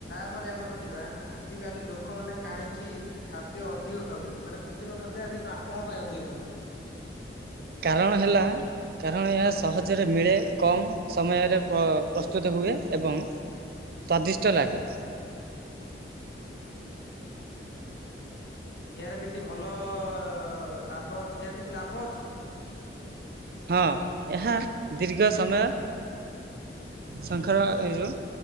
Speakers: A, on the left; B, on the right.
A: ତାପରେ ଆମେ ଯିବା ଆଜିକାଲି ଲୋକମାନେ କାହିଁକି ଖାଦ୍ୟ ଅଧିକ ଖାଉ ମାନେ କୃତ୍ରିମ ଖାଦ୍ୟ ଆଜି କା କଣ ପାଇଁ ଅଧିକ ଖାଉଛନ୍ତି?
B: କାରଣ ହେଲା କାରଣ ଏହା ସହଜରେ ମିଳେ କମ ସମୟରେ ପ ପ୍ରସ୍ତୁତ ହୁଏ ଏବଂ ସ୍ଵାଦିଷ୍ଟ ଲାଗେ।
A: ଏହାର କିଛି ଭଲ ଅ ଲାଭ ଅଛି ଏହାର କିଛି ଲାଭ ଅଛି କି?
B: ହଁ ଏହା ଦୀର୍ଘ ସମୟ ସଙ୍ଖା ଏ ଯା